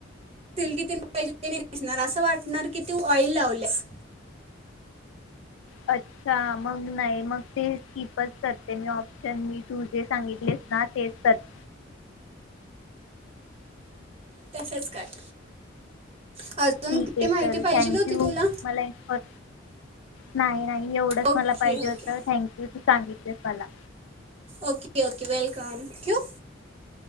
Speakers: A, on the right; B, on the left.
A: सिल्की <inaudible> तेन नाही दिसणार असं वाटणार की तू ऑइल लावल्यास
B: अच्छा मग नाही मग ते स्किपच करते मी ऑप्शन तू तू जे सांगितलेस ना तेच करते
A: तसच कर <inaudible>
B: ठीकये
A: कुठली माहिती
B: चल
A: पाहिजे
B: थँक
A: होती
B: यू
A: तुला
B: मला इनफॉर नाई नाई एवढंच
A: ओके
B: मला पाहिजे
A: ओके
B: होत थँक्यू दी सांगितले मला
A: ओके ओके वेलकम ठिवु